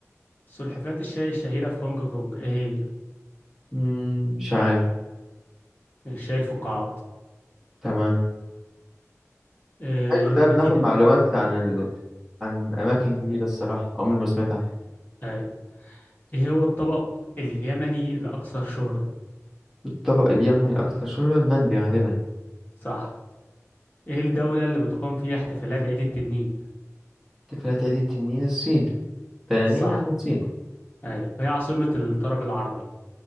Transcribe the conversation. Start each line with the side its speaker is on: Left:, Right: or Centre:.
Left: سلحفاة الشاي الشهيرة في هونج كونج إيه هي؟
Centre: مم، مش عارف
Left: الشاي الفقاعات
Centre: تمام
Left: إيه
Centre: حلو ده
Left: مدينة
Centre: بناخد معلومات عن ال... عن اماكن جديده الصراحه عمري ما سمعت عنها
Left: أي ايه هو الطبق اليمني الأكثر شهرة؟
Centre: الطبق اليمني الاكثر شهره المندي غالبا
Left: صح ايه الدولة اللي بتقام فيها احتفالات عيد التنين؟
Centre: احتفالات عيد التنين الصين تنانين
Left: صح
Centre: عن الصين
Left: ايوه هي عاصمة الطرب العربي